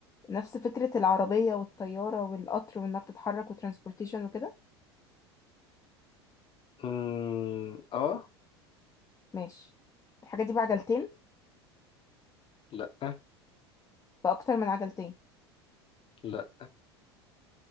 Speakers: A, on the left (about 25°); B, on the left (about 40°).
A: نفس فكره العربيه والطياره والقطر وانها بتتحرك وترانسبورتيشن وكده
B: مم، اه
A: ماشي الحاجه دي بعجلتين
B: لا
A: باكتر من عجلتين
B: لا